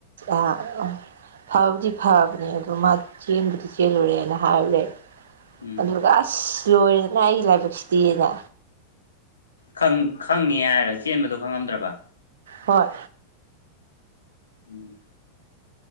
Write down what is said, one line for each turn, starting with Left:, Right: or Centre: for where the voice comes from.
Right: ꯑꯥ ꯐꯕꯨꯗꯤ ꯐꯕꯅꯦ ꯑꯗ ꯃꯥ ꯆꯦꯟꯕꯨꯗꯤ ꯆꯦꯜꯂꯨꯔꯦꯅ ꯍꯥꯏꯔꯨꯔꯦ
Left: ꯎꯝ
Right: ꯑꯗꯨꯒ ꯂꯣꯏꯔꯦꯗꯅ ꯑꯩꯒꯤ ꯂꯥꯏꯕꯛꯁꯤꯗꯤꯗ
Left: ꯈꯪ ꯈꯪꯉꯦ ꯍꯥꯏꯔ ꯆꯦꯟꯕꯗꯨ ꯈꯪꯉꯝꯗ꯭ꯔꯕ
Right: ꯍꯣꯏ
Left: ꯎꯝ